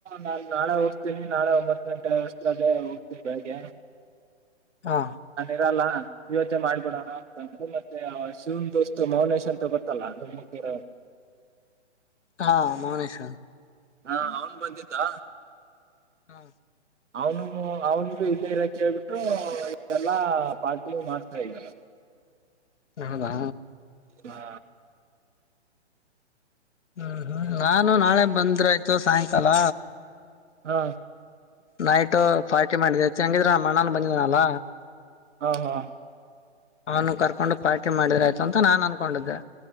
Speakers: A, on the right; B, on the left.
A: ನಾನ್ ನಾಳೆ ಹೋಗ್ತೀನಿ ನಾಳೆ ಒಂಬತ್ ಗಂಟೆ ಆಸ್ಟ್ರೇಲಿ ಹೋಗ್ತೀನಿ ಬೆಳಿಗ್ಗೆ
B: ಹಾ
A: ಇರಲ್ಲ ಇವತ್ತೇ ಮಾಡ್ಬಿಡೋಣ ಅಂತಂದ್ರರು ಮತ್ತೆ ಆ ಶಿವನ್ ದೋಸ್ತ್ ಮೌನೇಶ್ ಅಂತ ಗೊತ್ತಲ್ಲ ಡುಮ್ಮಕ್ ಇರೋನ್.
B: ಹಾ ಮೌನೇಶ
A: ಹಾ ಅವನ್ ಬಂದಿದ್ದಾ
B: ಹಾ
A: ಅವ್ನು ಅವನು ಇದೇ ಇರಕ್ಕೆ ಕೇಳ್ಬಿಟ್ಟು ಇದೆಲ್ಲಾ ಪಾರ್ಟಿ ಮಾಡ್ತಾ ಇದರ.
B: ಹೌದಾ
A: ಹಾ
B: ಹ್ಮ್ ಹ್ಮ್ ನಾನು ನಾಳೆ ಬಂದ್ರ ಆಯ್ ತು ಸಾಯಂಕಾಲ
A: ಹಾ
B: ನೈಟ್ ಪಾರ್ಟಿ ಮಾಡಿದ್ರ ಆಯ್ತ್ ಹೆಂಗಿದ್ರ ನಮ್ ಅಣ್ಣನ್ ಬಂದಿದನಲ್ಲ
A: ಹಾ ಹಾ
B: ಅವನು ಕರ್ಕೊಂಡು ಪಾರ್ಟಿ ಮಾಡಿದ್ರ ಆಯ್ತು ಅಂತ ನಾನ್ ಅನ್ಕೊಂಡಿದ್ದೆ.